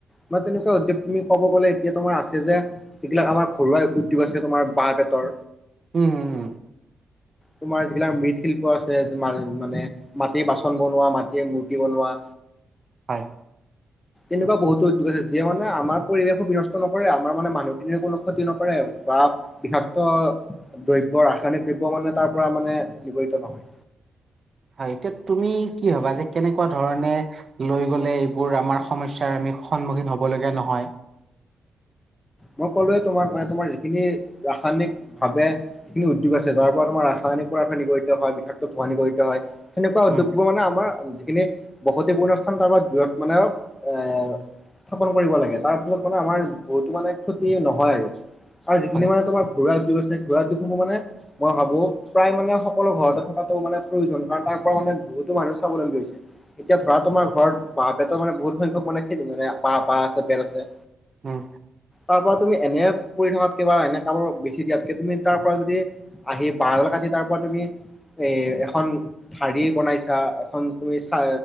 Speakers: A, on the left (about 20°); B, on the right (about 40°).
A: মই তেনেকুৱা উদ্যোগ তুমি ক'ব গ'লে, এতিয়া তোমাৰ আছে যে, যিবিলাক আমাৰ ঘৰুৱা উদ্যোগ আছে, তোমাৰ বাঁহ-বেতৰ।
B: উম্, উম্, উম্।
A: তোমাৰ যিবিলাক মৃৎশিল্প আছে মানে। মাটিৰ বাচন বনোৱা, মাটিৰে মূৰ্তি বনোৱা।
B: হয়।
A: এনেকুৱা বহুতো উদ্যোগ আছে, যিয়ে মানে আমাৰ পৰিৱেশো বিনষ্ট নকৰে, আমাৰ মানে মানুহখিনিৰ কোনো ক্ষতি নকৰে বা বৃষাক্ত দ্ৰব্য, ৰাসায়নিক দ্ৰব্য মানে, তাৰপৰা মানে নিগড়িত নহয়।
B: হয়, এতিয়া তুমি কি ভাবা যে কেনেকুৱা ধৰণে লৈ গ'লে এইবোৰ, আমাৰ সমস্যাৰ আমি সন্মুখীন হ'ব লগীয়া নহয়।
A: মই কলোঁৱে, তোমাক মানে তোমাৰ এই খিনি ৰাসায়নিক ভাবে যিখিনি উদ্যোগ আছে, যাৰ পৰা তোমাৰ ৰাসায়নিক পদাৰ্থ নিৰ্গত হয়, বিষাক্ত ধুৱনিকৰিত হয়। সেনেকুৱা উদ্যোগবোৰ
B: উম
A: মানে আমাৰ যিখিনি বসতিপূৰ্ণ স্থান তাৰ পৰা দূৰত মানে এ স্থাপন কৰিব লাগে, তাৰফলত মানে আমাৰ বহুতো মানে ক্ষতি নহয় আৰু যিখিনি
B: হয়
A: মানে তোমাৰ ঘৰুৱা উদ্যোগ আছে ঘৰুৱা উদ্যোগসমূহ মানে মই ভাবোঁ, প্ৰায় মানে সকলো ঘৰতে থকাতটো মানে প্ৰয়োজন। কাৰণ তাৰ পৰা মানে বহুতো মানুহে চাবলৈছে। এতিয়া ধৰা তোমাৰ আমাৰ ঘৰত বাঁহ বেতৰ মানে বহুত সংখ্যক মানে <unintelligible> মানে বা বাঁহ আছে, বেত আছে
B: উ'ম।
A: তাৰ পৰা তুমি এনে পৰি থকাতকে কিবা এনে <unintelligible> দিয়াতকে তুমি তাৰ পৰা যদি, আহি বাঁহ এডাল কাটি তাৰ পৰা তুমি এ এখন ঢাৰি বনাইছা, এখন তুমি চা